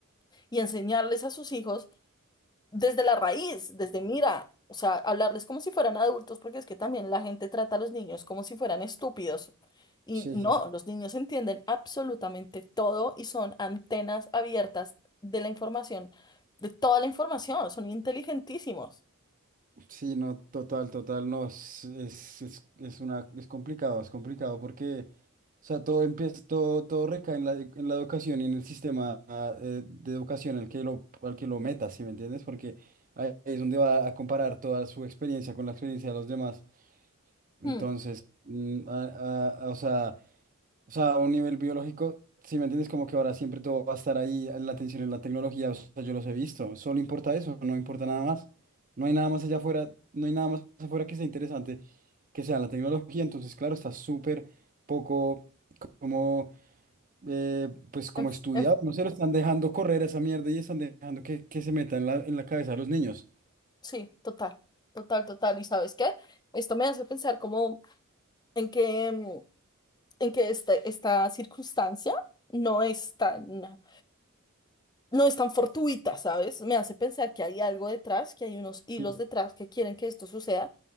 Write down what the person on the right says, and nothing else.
sí,
sí, sí.
Sí, no, total, total, no, es, es, es, es una, es complicado, es complicado porque, o sea, todo empieza, todo, todo recae en la, en la educación y en el sistema ah, eh, de educación al que lo, al que lo metas, ¿sí me entiendes? Porque ahí es donde va a comparar toda su experiencia con la experiencia de los demás. Entonces,
mm, a- a- a- o sea... O sea, a un nivel biológico, si me entiendes, como que ahora siempre todo va a estar ahí, la atención en la tecnología, o sea, yo los he visto, solo importa eso, no importa nada más. No hay nada más allá afuera, no hay nada más afuera que sea interesante que sea la tecnología, entonces, claro, está súper poco como, eh, pues, como
estudiado,
no se lo están dejando correr a esa mierda y están dejando que, que se meta en la, en la cabeza de los niños.
Sí,